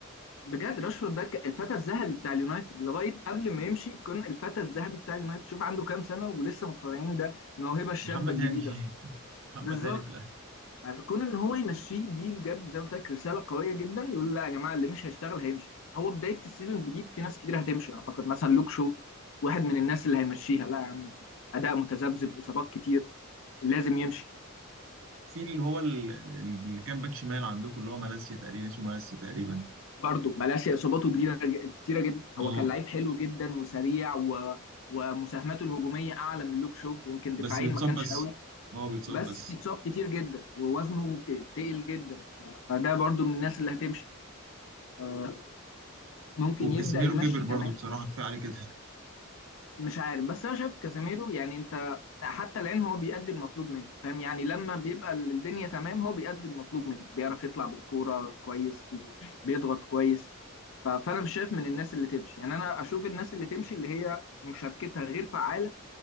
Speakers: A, on the left; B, on the right.
A: بجد راشفورد ده ك- الفتى الذهبي بتاع اليونايتد لغايه قبل ما يمشي كان الفتى الذهبي بتاع اليونايتد شوف عنده كام سنه ولسه مقتنعين ده الموهبه الشابه
B: محمد
A: الجديده
B: هاني <laughs>
A: اصلا
B: محمد
A: بالظبط
B: هاني في الاهلي
A: يعني كون ان هو يمشيه دي بجد زي ما قلت لك رساله قويه جدا يقول لا يا جماعه اللي مش هيشتغل هيمشي هو بدايه السيزون الجديد في ناس كتير هتمشي اعتقد مثلا لوك شو واحد من الناس اللي هيمشيها لا يا عم اداء متذبذب اصابات كتير لازم يمشي
B: في اللي هو ال- اللي كان باك شمال عندكم اللي هو مالاسيا تقريبا اسمه مالاسيا تقريبا
A: برضه مالاسيا اصاباته جديده كتيره جدا هو
B: اه
A: كان لعيب حلو جدا وسريع و... ومساهماته الهجوميه اعلى من لوك شو يمكن دفاعيا
B: بس بيتصاب
A: ما كانش
B: بس
A: قوي
B: اه بيتصاب
A: بس
B: بس
A: بيتصاب كتير جدا ووزنه ك- تقل جدا فده برضه من الناس اللي هتمشي آه، ممكن
B: وكاسيميرو
A: يبدا يمشي
B: كبر برضه
A: كمان
B: بصراحه كفايه عليه كده
A: مش عارف بس انا شايف كازيميرو يعني انت حتى الان هو بيأدي المطلوب منه فاهم يعني لما بيبقى الدنيا تمام هو بيأدي المطلوب منه بيعرف يطلع بالكوره كويس بي بيضغط كويس ف- فانا مش شايف من الناس اللي تمشي يعني انا اشوف الناس اللي تمشي اللي هي مشاركتها غير فعاله